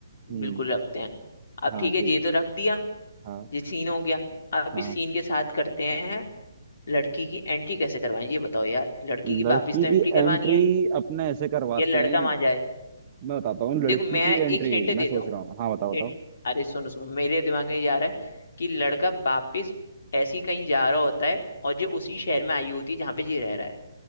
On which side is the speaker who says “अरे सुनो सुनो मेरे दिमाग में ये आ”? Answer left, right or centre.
Left